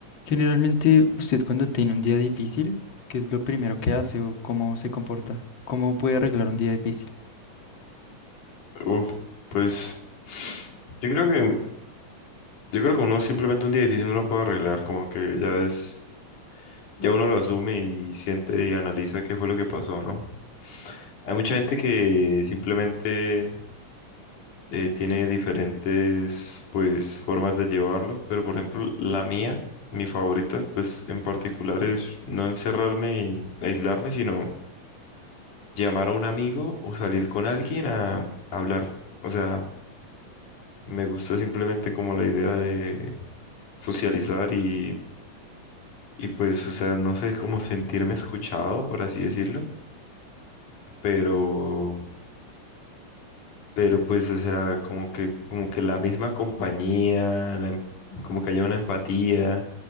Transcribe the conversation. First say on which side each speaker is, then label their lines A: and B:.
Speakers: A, on the left; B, on the left.
A: Generalmente, usted cuando tiene un día difícil, ¿qué es lo primero que hace o cómo se comporta? ¿Cómo puede arreglar un día difícil?
B: Uf, pues yo creo que yo creo que uno simplemente un día difícil no lo puede arreglar, como que ya es ya uno lo asume y siente y analiza qué fue lo que pasó, ¿no? Hay mucha gente que simplemente eh, tiene diferentes pues formas de llevarlo, pero por ejemplo la mía, mi favorita pues en particular es no encerrarme y aislarme, sino llamar a un amigo o salir con alguien a hablar. O sea, Me gusta simplemente como la idea de socializar y, y pues, o sea, no sé cómo sentirme escuchado, por así decirlo, pero, pero pues, o sea, como que, como que la misma compañía, la em- como que haya una empatía